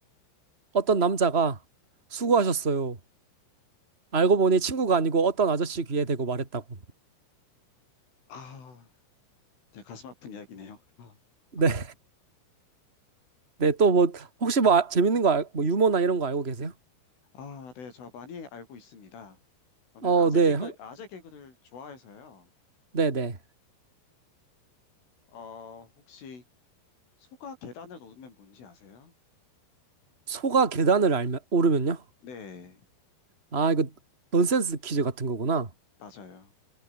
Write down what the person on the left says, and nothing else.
아, 네, 가슴 아픈 이야기네요. 아,
아,
아, 네, 저 많이 알고 있습니다. 저는
아재
개그,
아재 개그를 좋아해서요.
어, 혹시 소가 계단을 오르면 뭔지 아세요?
네,
맞아요.